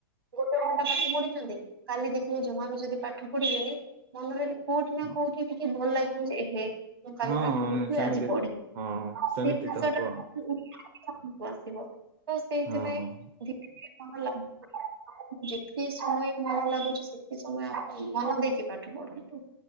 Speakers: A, on the right (about 75°); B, on the right (about 45°).
A: ଗୋଟେ ଘଣ୍ଟା ପାଠ ପଢିଛନ୍ତି କାଲି ଦେଖିବେ ଜମା ବି ଯଦି ପାଠ ପଢିବେନି ମନରେ ଟିକ୍ କୋଉଠି ନା
B: ହଁ
A: କୋଉଠି ଟିକେ ଭଲ୍ ଲାଗିବନି ଯେ ଏ ହେ ମୁଁ କାଲି
B: ହଁ
A: ପାଠ
B: ହଁ,
A: ପଢୁଥିଲି
B: ନି- ସେମିତି
A: ଆଜି ପଢିନି।
B: ହଁ ହଁ। ସେମିତି
A: ସେଇ ବିଷୟଟା
B: ତ ହବ ଆଉ।
A: <inaudible> କୁ ଆସିବ ତ ସେଇଥିପାଇଁ
B: ହଁ ହଁ,
A: <inaudible> ଯେତକି ସମୟ ମନ ଲାଗୁଛି ସେତକି ସମୟ <inaudible> ମନ ଦେଇକି ପାଠ ପଢନ୍ତୁ।